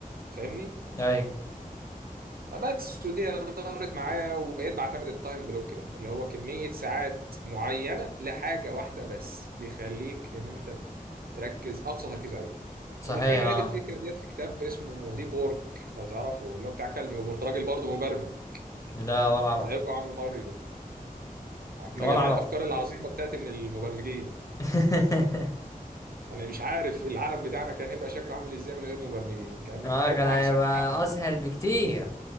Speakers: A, on the right; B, on the left.
A: فاهمني
B: ايوه
A: بس ودي دارت معايا وبقيت بعتمد التايم بلوك ده اللي هو كمية ساعات معينة لحاجة واحدة بس بيخليك ان انت تركز اقصى تركيز عليها
B: صحيح
A: وبالفعل لقيت
B: اه
A: الفكره ديت في كتاب اسمه ديب وورك لو تعرفه اللي هو بتاع كال نيوبورت راجل برضه مبرمج
B: لا ولا اعرف
A: زيكم عم ماريو مع
B: ولا
A: جميع
B: اعرف
A: الافكار العظيمه بتاعت من المبرمجين
B: <laughs>
A: انا مش عارف العالم بتاعنا كان هيبقى شكله عامل ازاي من غير مبرمجين كان
B: اه
A: هيبقى
B: كان هيبقى
A: احسن حالا
B: اسهل بكتير